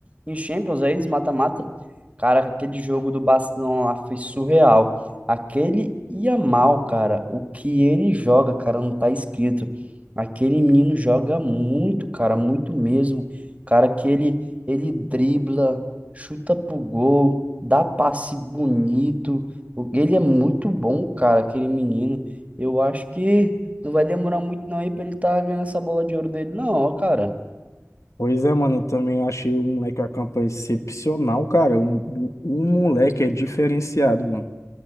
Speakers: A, on the right; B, on the left.
A: em Champions aí, os mata-mata, caraca, aquele jogo do Barcelona lá foi surreal. Aquele Yamal, cara, o que ele joga, cara, não tá escrito. Aquele menino joga muito, cara, muito mesmo. Cara, que ele, ele dribla, chuta pro gol, dá passe bonito. O- Ele é muito bom, cara, aquele menino. Eu acho que não vai demorar muito não aí pra ele tá ganhando essa bola de ouro dele, não, ó, cara.
B: Pois é, mano, eu também achei o moleque a campanha excepcional, cara. O, o, o moleque é diferenciado, mano.